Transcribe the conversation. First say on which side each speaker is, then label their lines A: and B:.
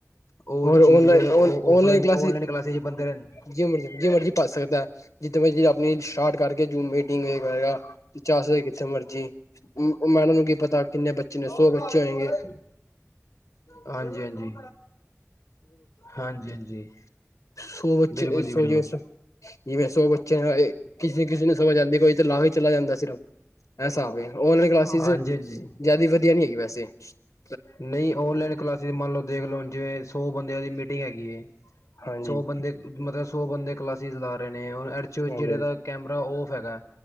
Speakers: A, on the left; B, on the left.
A: ਉਹ
B: ਹੋਰ ਅੋਨਲਾਈਨ
A: ਚੀਜ਼ ਫਿਰ ਉਹ
B: ਔਨਲਾਈਨ
A: ਆਫਲਾਈਨ
B: ਕਲਾਸਿਸ
A: ਬੰਦੇ ਰਹਿਣ
B: ਜਿਵੇਂ ਮਰਜ਼ੀ ਜਿਵੇਂ ਮਰਜ਼ੀ ਭਰ ਸਕਦਾ। ਜਿੱਥੇ ਜਿਵੇਂ ਆਪਣੀ ਸਟਾਰਟ ਕਰਕੇ ਜੂਮ ਮੀਟਿੰਗ ਵੀ ਕਰੇਗਾਂ <unintelligible> ਜਿੱਥੇ ਮਰਜੀ ਉਹ ਮੈਡਮ ਅੱਗੇ ਪਤਾ ਕਿੰਨੇ ਬੱਚੇ ਨੇ
A: ਜਾਓ
B: ਸੌ
A: ਘਰ
B: ਬੱਚੇ ਹੋਏਂਗੇ।
A: ਹਮਾਰੇ ਹਾਂਜੀ ਹਾਂਜੀ ਹਾਂਜੀ ਹਾਂਜੀ
B: ਸੋ ਬੱਚੇ
A: ਬਿਲਕੁਲ ਜੀ
B: ਸੋਰੀ
A: ਬਿਲਕੁਲ
B: ਸੋ ਜਿਵੇਂ ਸੌ ਬੱਚਿਆਂ ਕਿਸੇ ਕਿਸੇ ਨੂੰ ਸਮਝ ਆਂਦੀ ਹੈ ਕੋਈ ਤੇ ਲਾ ਹੀ ਚਲਾ ਜਾਂਦਾ ਸਿਰਫ ਐਸਾ ਔਨਲਾਈਨ ਕਲਾਸਿਸ
A: ਹਾਂਜੀ
B: ਜ਼ਿਆਦਾ
A: ਹਾਂਜੀ
B: ਵਧੀਆ ਨਹੀਂ ਹੈਗੀ ਵੈਸੇ, ਹੁ
A: ਨਹੀਂ ਔਨਲਾਈਨ ਕਲਾਸਿਸ ਮੰਨ ਲਓ ਦੇਖ ਲੋ ਜਿਵੇਂ ਸੋ ਬੰਦਿਆਂ ਦੀ ਮੀਟਿੰਗ ਹੈਗੀ ਹੈ।
B: ਹਾਂਜੀ
A: ਸੌ ਬੰਦੇ ਮਤਲਬ ਸੌ ਬੰਦੇ ਕਲਾਸਿਸ ਲਾ ਰਹੇ ਨੇ ਔਰ ਐੜ ਚ
B: ਹਾਂਜੀ
A: ਜੇੜੇ ਦਾ ਕੈਮਰਾ ਓਫ ਹੈਗਾ ਐ।